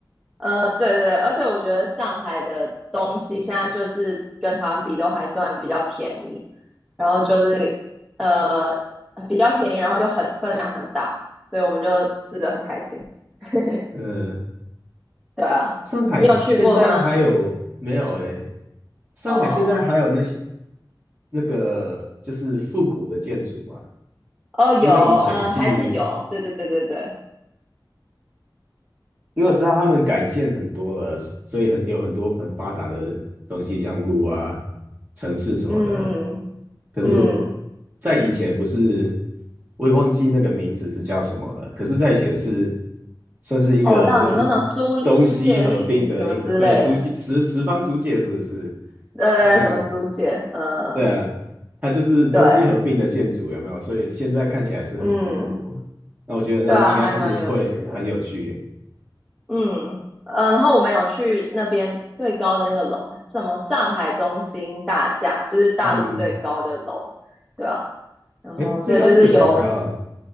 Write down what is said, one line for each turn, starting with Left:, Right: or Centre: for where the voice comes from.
Centre: 呃，对对对，而且我觉得上海的东西现在就是跟台湾比都还算比较便宜，然后就是呃比较便宜，然后又很分量很大，所以我们就吃的很开心。<laughs>
Right: 呃，
Centre: 对啊，
Right: 上海现在还有没有？
Centre: 你有去过吗？
Right: 哎，上海现在还有那些
Centre: 哦
Right: 那个就是复古的建筑嘛？
Centre: 哦，有，
Right: 因为以前是
Centre: 嗯、呃，还是有，对对对对对，
Right: 因为我知道他们改建很多了，所以很有很多很发达的东西，像路啊、城市什么的。
Centre: 嗯
Right: 可是，
Centre: 嗯，
Right: 在以前不是，我也忘记那个名字是叫什么了。可是，在以前是算是一个就是东西合并的一种，
Centre: 哦，我知道你说那种租租借令什么之类的，
Right: 对，租界十十方租界是不是？
Centre: 对对对，
Right: 好像
Centre: 什么租借，呃，
Right: 对啊，它就是东西合并的建筑，
Centre: 对，
Right: 有没有？所以现在看起来是很复古。
Centre: 嗯，
Right: 那我觉得那应该是会很有趣。
Centre: 对啊，还蛮有趣的。嗯，呃，然后我们有去那边最高的那个楼，什么上海中心大厦，就是大陆最高的楼，
Right: 嗯，
Centre: 对吧？然后所以就是有
Right: 哎，最高是有多高啊？